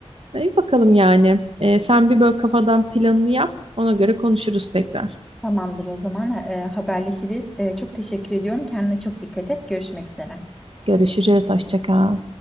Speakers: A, on the right (about 55°); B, in the centre.
A: İyi bakalım yani. Ee, sen bir böyle kafadan planını yap. Ona göre konuşuruz tekrar.
B: Tamamdır o zaman e, haberleşiriz. E, çok teşekkür ediyorum. Kendine çok dikkat et. Görüşmek üzere.
A: Görüşürüz. Hoşça kal.